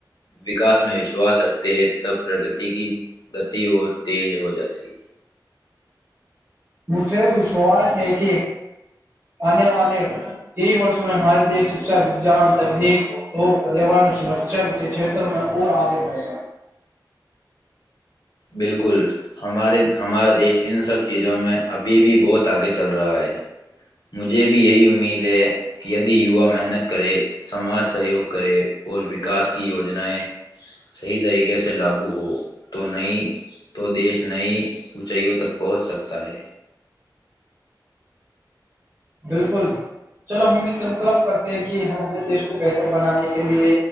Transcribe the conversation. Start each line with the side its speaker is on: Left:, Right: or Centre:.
Left: وکاس میں وشواس رکھتے ہیں تب پرگتی کی گتی اور تیز ہو جاتی ہے
Right: مجھے وشواس ہے کہ آنے والے کئی وورسوں میں ہمارے دیش شکا وجان تکنیک اور پیاورن سرشن کے چھیتروں میں اور آگے بڑھے گا
Left: بالکل ہمارے ہمارا دیش ان سب چیزوں میں ابھی بھی بہت آگے چل رہا ہے مجھے بھی یہی امید ہے یدی یوا محنت کرے سماج سہیوگ کرے اور وکاس کی یوجناائیں صحیح طریقے سے لاگو ہو تو نئی تو دیش نئی اونچائیوں تک پہنچ سکتا ہے
Right: بالکل چلو ہم بھی سنکلپ کرتے ہیں کہ ہم اپنے دیش کو بہتر بنانے کے لیے